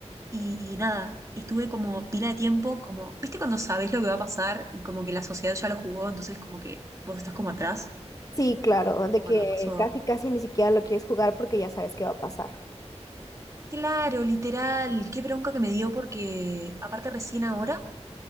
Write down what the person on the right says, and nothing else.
Y nada, estuve como pila de tiempo, como, ¿viste cuando sabés lo que va a pasar y como que la sociedad ya lo jugó, entonces como que vos estás como atrás?
Bueno,
me pasó.
Claro, literal, qué bronca que me dio porque aparte recién ahora